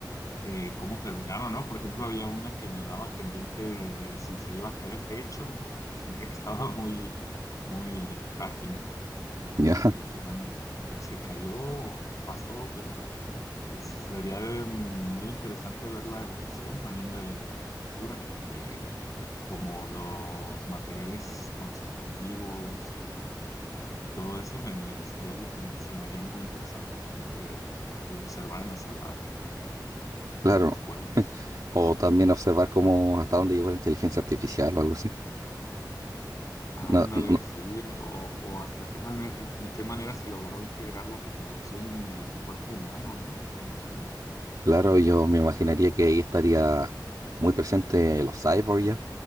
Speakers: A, on the left; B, on the right.
A: eh, cómo terminaron, ¿no? Por ejemplo, había una que me daba pendiente de si se iba a caer el techo, porque lo sentía que estaba <laughs> muy, muy frágil. Entonces,
B: ya,
A: si
B: <laughs>
A: finalmente se, se cayó o qué pasó, pero pues, sería de- muy interesante ver la evolución también de la arquitectura, eh, como los materiales constructivos y, y todo eso me, sería algo que me- se me haría muy interesante también de, de observar en las ciudades y
B: claro.
A: y en los pueblos.
B: <laughs> O también
A: Ujú.
B: observar cómo, hasta dónde llegó la inteligencia artificial o algo así.
A: Ándale,
B: No, no,
A: sí, o, o hasta qué manera, en qué manera se logró integrar la tecnología en el cuerpo humano, ¿no? ¿Te imaginas?
B: Claro, yo me imaginaría que ahí estaría muy presente los cyborgs ya,